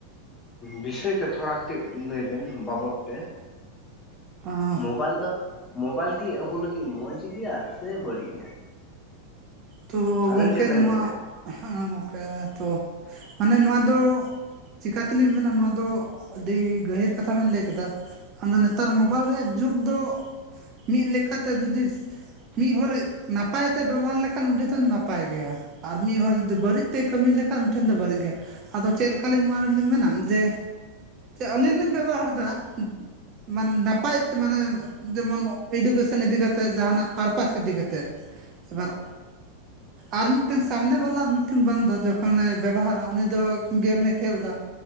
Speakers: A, on the left; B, on the right.
A: ᱵᱤᱥᱚᱭ ᱛᱮ ᱛᱷᱚᱲᱟ ᱠᱟᱹᱴᱤᱡ ᱞᱟᱹᱭ ᱵᱮᱱ ᱵᱟᱵᱚᱫ ᱛᱮ
B: ᱟᱸ
A: ᱢᱳᱵᱟᱭᱤᱞ ᱫᱚ ᱢᱳᱵᱟᱭᱤᱞ ᱠᱤ ᱟᱵᱚ ᱞᱟᱹᱜᱤᱫ ᱢᱚᱡᱽ ᱜᱮᱭᱟ ᱥᱮ ᱵᱟᱹᱲᱤᱡ ᱜᱮᱭᱟ
B: ᱛᱚ
A: ᱟᱵᱮᱱ
B: ᱜᱚᱝᱠᱮ
A: ᱪᱮᱫ ᱵᱮᱱ
B: ᱱᱚᱣᱟ
A: ᱞᱟᱹᱭᱮᱜᱼᱟ
B: ᱦᱮ ᱜᱚᱝᱠᱮ ᱛᱚ ᱢᱟᱱᱮ ᱱᱚᱣᱟ ᱫᱚ ᱪᱤᱠᱟ ᱛᱮᱞᱤᱧ ᱢᱮᱱᱟ ᱱᱚᱣᱟ ᱫᱚ ᱟᱹᱰᱤ ᱜᱟᱹᱦᱤᱨ ᱠᱟᱛᱷᱟ ᱵᱮᱱ ᱞᱟᱹᱭ ᱠᱮᱫᱟ ᱟᱫᱚ ᱱᱮᱛᱟᱨ ᱢᱳᱵᱟᱭᱤᱞ ᱨᱮᱭᱟᱜ ᱡᱩᱜᱽ ᱫᱚ ᱢᱤᱫ ᱞᱮᱠᱟᱛᱮ ᱡᱩᱫᱤ ᱢᱤᱫ ᱦᱚᱲᱮ ᱱᱟᱯᱟᱭ ᱛᱮ ᱵᱮᱵᱚᱦᱟᱨ ᱞᱮᱠᱷᱟᱱ ᱠᱷᱟᱱ ᱩᱱᱤ ᱴᱷᱮᱱ ᱱᱟᱯᱟᱭ ᱜᱮᱭᱟ ᱟᱨ ᱢᱤᱫ ᱦᱚᱲ ᱡᱩᱫᱤ ᱵᱟᱹᱲᱤᱡ ᱛᱮᱭ ᱠᱟᱹᱢᱤ ᱞᱮᱠᱷᱟᱱ ᱩᱱᱤ ᱴᱷᱮᱱ ᱫᱚ ᱵᱟᱹᱲᱤᱡ ᱜᱮᱭᱟ ᱟᱫᱚ ᱪᱮᱫ ᱞᱮᱠᱟ ᱱᱚᱣᱟ ᱨᱮᱞᱤᱧ ᱢᱮᱱᱟ ᱡᱮ ᱟᱹᱞᱤᱧ ᱞᱤᱧ ᱵᱮᱵᱚᱦᱟᱨᱫᱟ ᱢᱟᱱᱮ ᱱᱟᱯᱟᱭ ᱛᱮ ᱢᱟᱱᱮ ᱡᱮᱢᱚᱱ ᱮᱰᱩᱠᱮᱥᱚᱱ ᱤᱫᱤ ᱠᱟᱛᱮᱫ ᱡᱟᱦᱟᱱᱟᱜ ᱯᱟᱨᱯᱟᱥ ᱤᱫᱤ ᱠᱟᱛᱮᱫ ᱮᱵᱟᱨ ᱟᱨ ᱢᱤᱫᱴᱮᱱ ᱥᱟᱢᱱᱮ ᱵᱟᱞᱟ ᱢᱤᱫᱴᱮᱱ ᱵᱟᱱᱫᱟ ᱡᱚᱠᱷᱚᱱᱮ ᱵᱮᱵᱚᱦᱟᱨᱟ ᱩᱱᱤ ᱫᱚ ᱜᱮᱢ ᱮ ᱠᱷᱮᱞ ᱫᱟ